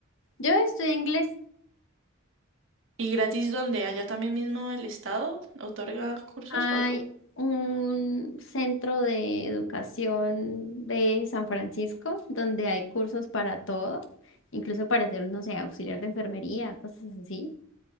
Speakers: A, on the left; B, on the right.
A: Yo estudié inglés
B: ¿Y gratis dónde? ¿Allá también mismo el estado otorga cursos
A: Hay
B: o algo?
A: un centro de educación de San Francisco donde hay cursos para todo, incluso para ser, no sé, auxiliar de enfermería, cosas así,